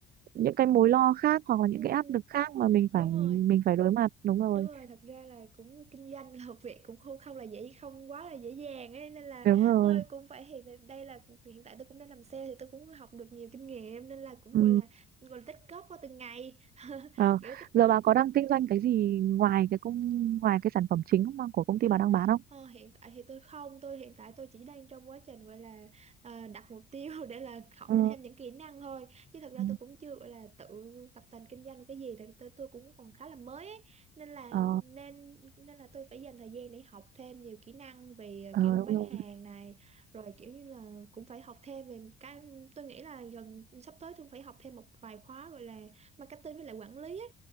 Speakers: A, on the right; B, on the right.
A: những cái mối lo khác hoặc là những
B: ừ
A: cái áp lực khác mà mình
B: đúng
A: phải
B: rồi
A: mình phải đối mặt đúng rồi
B: Đúng rồi, thật ra là cũng kinh doanh <laughs> là một việc cũng không không là dễ không quá là dễ dàng ấy nên là
A: đúng rồi
B: tôi cũng phải hiện tại- đây là hiện tại tôi cũng đang làm sale thì tôi cũng học được nhiều kinh nghiệm nên là cũng
A: ừ
B: gọi là gọi là tích góp qua từng ngày <laughs>
A: Ờ,
B: kiểu tích
A: giờ bà có đang kinh doanh cái gì ngoài cái công ngoài cái sản phẩm chính không- của công
B: Ờ,
A: ty bà đang bán không?
B: ờ, hiện tại thì tôi không, tôi hiện tại tôi chỉ đang trong quá trình gọi là ờ, đặt mục tiêu <laughs> để là học
A: Ừ.
B: thêm những kỹ năng thôi. Chứ thật ra
A: ừ,
B: tôi cũng chưa gọi là tự tập tành kinh doanh cái gì, thật tôi, tôi cũng còn khá là mới ấy. Nên là
A: Ờ,
B: nên nên là tôi phải dành thời gian để học thêm nhiều kỹ năng về ờ,
A: ờ
B: kiểu bán
A: đúng rồi.
B: hàng này, rồi kiểu như là cũng phải học thêm về cái tôi nghĩ là gần sắp tới tôi phải học thêm một vài khóa gọi là marketing với lại quản lý ấy.